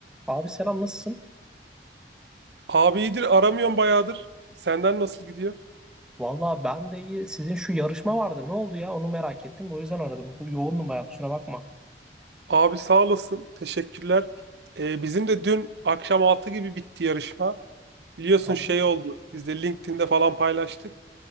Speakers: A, in the centre; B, on the right.
A: Abi selam nasılsın?
B: Abi iyidir aramıyorum bayağıdır. Senden nasıl gidiyor?
A: Valla ben de iyi. Sizin şu yarışma vardı. Ne oldu ya? Onu merak ettim. O yüzden aradım. Bu Yoğundum bayağı kusura bakma.
B: Abi sağ olasın. Teşekkürler. Ee, bizim de dün akşam 6 gibi bitti yarışma. Biliyorsun
A: Aha,
B: şey oldu. Biz de LinkedIn'de falan paylaştık.